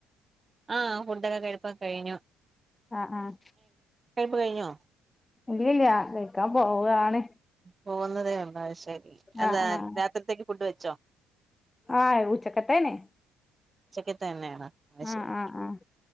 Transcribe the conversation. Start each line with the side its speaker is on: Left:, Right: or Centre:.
Right: ആഹ് അവൻ ഫുഡൊക്കെ കഴിപ്പൊ കെ കഴിഞ്ഞു.
Left: ആഹ് ആഹ്
Right: ഴപ്പ് കഴിഞ്ഞോ
Left: ഇല്ലല്ല കൈക്കാൻ പോവയാണ്
Right: പോകുന്നതേ ഉള്ളോ അയ് ശരി എന്താ
Left: ആഹ് ആഹ്
Right: രാത്രിത്തേക്ക് ഫുഡ് വെച്ചോ?
Left: ആഹ് ഊച്ചക്കത്താന്നെ
Right: ഉച്ചക്ക് തന്നെയാണ് അയ് ശെരി.
Left: ആഹ് ആഹ് ആഹ്